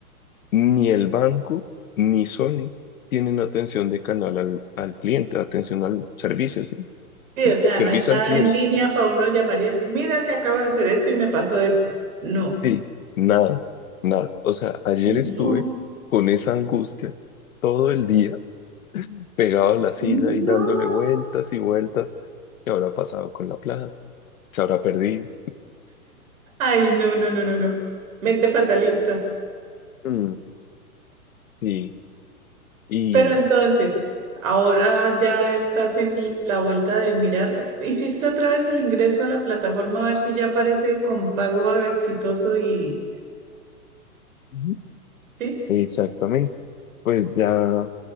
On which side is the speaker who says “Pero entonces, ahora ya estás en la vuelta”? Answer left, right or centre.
Right